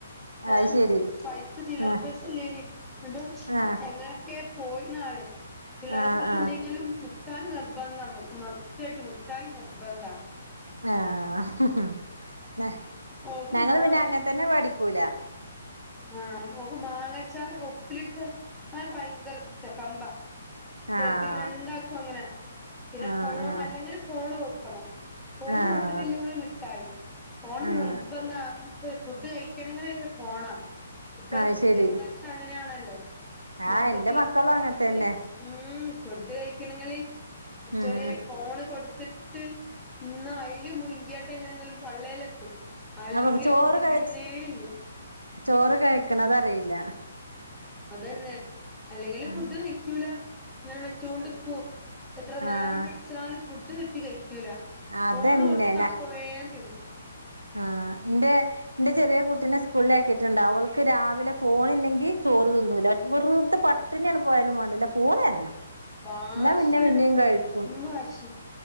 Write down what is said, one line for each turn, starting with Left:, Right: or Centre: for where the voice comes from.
Centre: ഏഹ്
Right: അത് ശരി
Centre: പൈസ ചില്ലറ
Right: ആഹ്
Centre: പൈസ ല്ലേനി ന്നട്ട്
Right: ആഹ്
Centre: എങ്ങന ക്കെ പോയനാല് ചില്ലറ
Right: ആഹ്
Centre: പൈസ
Right: ആഹ്
Centre: ല്ലെങ്കിലും മുട്ടായി നിർബന്ധം നമുക്ക് മസ്റ്റായിട്ട് മുട്ടായി നിർബന്ധാ
Right: ആഹ് ഞ
Centre: ഓക്ക്
Right: ഞങ്ങൾ
Centre: മാങ്ങ
Right: പിന്നെ അങ്ങനെ തന്നെ വേടിക്കൂല
Centre: ആ ഓക്ക് മാങ്ങച്ചാറൊക്കെ ഉപ്പിലിട്ട് അതൊക്കെ ഭയങ്കര ഇഷ്ട കമ്പ ചെറുതിന്
Right: ആഹ്
Centre: രണ്ടാക്കും അങ്ങനെ പിന്നെ
Right: ആഹ്
Centre: ഫോൺ
Right: ആഹ്
Centre: അല്ലെങ്കിൽ ഫോണ് കൊടുക്കണം ഫോണ്
Right: ആഹ്
Centre: കൊടുത്തിട്ടില്ലെങ്കും മിട്ടായി ഫോണ്
Right: ആഹ്
Centre: നിർബന്ധ ഫുഡ് കഴിക്കണെങ്കില് ഫോണാ ഇപ്പൊ
Right: അത് ശരി
Centre: ജനറേഷൻ അങ്ങനെയാണല്ലോ മൊത്തത്തില്
Right: ആഹ് എന്റെ മക്കളും
Centre: ഫോണില്
Right: അങ്ങനെ തന്നെ
Centre: ഉം ഫുഡ് കഴിക്കണമെങ്കിൽ <unintelligible>
Right: ഉം
Centre: ഫോണ് കൊടുത്തിട്ട് ഇന്ന് അയിൽ മുങ്കിയാട്ട് എങ്ങനെങ്കിലും പൊള്ളയിലെത്തും അല്ലെങ്കിൽ
Right: അപ്പൊ ചോറ്
Centre: കുട്ടി
Right: കഴിച്ച്
Centre: തിന്നേല്ല
Right: ചോറ് കഴിക്കണതറിയില്ല
Centre: അതന്നെ അല്ലെങ്കില്
Right: ആഹ്
Centre: ഫുഡ് കഴക്കൂല ഇങ്ങനെ വെച്ചൊണ്ട് ഇക്കൂ എത്ര നേരം
Right: ആഹ്
Centre: പിടിച്ചാലും ഫുഡ് കിട്ടി കഴിക്കൂല
Right: അതന്നെ
Centre: ഫോണ് കൊടുത്ത് അപ്പ വേൻ തിന്നു
Right: ആഹ് എന്റെ എന്റെ ചെറിയ കുട്ടീനെ സ്കൂളില ആക്കിയിട്ടുണ്ട് അവൾക്ക് രാവിലെ ഫോണ ഇല്ലെങ്കി ചോറ് തിന്നില്ല വെറുതെ പ പട്ടനെയാണ് പോയാലും വേണ്ടില്ല ഫോണരണം
Centre: വാശിയാണ്
Right: എന്നാ പിന്നേ പിന്നേയും
Centre: പെരും
Right: കഴിക്കും
Centre: വാശി